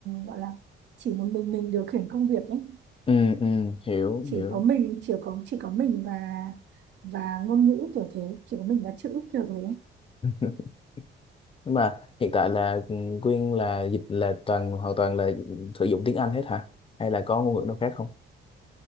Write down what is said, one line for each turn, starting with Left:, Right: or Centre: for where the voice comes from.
Right: gọi là chỉ một mình mình điều khiển công việc ấy
Left: Ừ. Ừ. hiểu
Right: chỉ
Left: hiểu
Right: có mình chỉ có chỉ có mình và và ngôn ngữ kiểu thế chỉ có mình và chữ kiểu thế
Left: <laughs> nhưng mà hiện tại là ừ, Quyên là dịch là toàn hoàn toàn là sử dụng tiếng Anh hết hả hay là có ngôn ngữ nào khác không